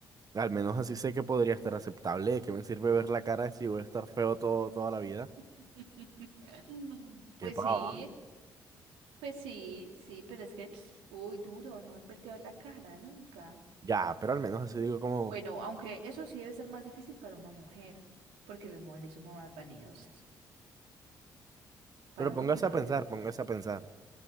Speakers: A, on the right (about 40°); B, on the right (about 80°).
A: al menos así sé que podría estar aceptable. ¿De qué me sirve ver la cara si voy a estar feo todo, toda la vida?
B: <laughs>
A: ¡Qué
B: Pues
A: pava!
B: sí, pues sí, sí, pero es que, uy, duro, no volverte a ver la cara, nunca.
A: Ya, pero al menos así digo como...
B: Bueno, aunque eso sí debe ser más difícil para una mujer, porque las mujeres somos más vanidosas. Para
A: Pero
B: un
A: póngase
B: hombre no
A: a pensar,
B: debe ser tan
A: póngase
B: horrible.
A: a pensar.